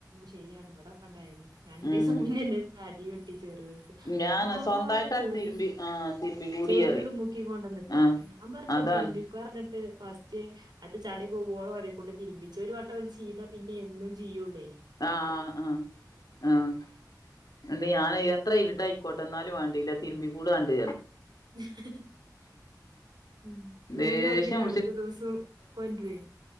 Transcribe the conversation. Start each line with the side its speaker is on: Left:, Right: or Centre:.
Right: ശരിയാണ് ഇവിടക്കണ്ടായി രണ്ടീസം
Left: ഉം
Right: മുന്നേ ഇന്റെ അടി കൊട്ടി ചേറിയോന്ക്ക്
Left: ഞാന്
Right: ആകേ
Left: സ്വന്തായിട്ടാണ്
Right: ചേർ
Left: തിരുമ്പി ആ തിരുമ്പി കൂടിയേറി
Right: ചേറലിട്മുക്കി മുക്കി കൊണ്ടന്ന്ക്കാ
Left: ആ
Right: ഞാൻ പഞ്ഞുതിരുമ്പിക്ക
Left: അതാണ്
Right: റഞ്ഞ് ട്ട് ഫസ്റ്റ് അത് ചളി പോകോളോ ഒരെക്കൊണ്ട് തിരുപ്പിച്ചു ഒരു വട്ടം ഓല് ചെയ്തപിന്നെ എന്നും റ്റിയ്യുള്ളെ
Left: ആഹ് ആഹ് ആഹ് ന്ന ഞാന് എത്ര ഇരുട്ടായിയിക്കോട്ടെ എന്നാലും വേണ്ടില്ല തിരുബികൂടാണ്ട്
Right: <unintelligible> ഉ
Left: ദേഷ്യം
Right: അല്ലെങ്കിൽ ഒല് പിന്നെ അടുത്ത ദിവസം കൊണ്ട്രെ.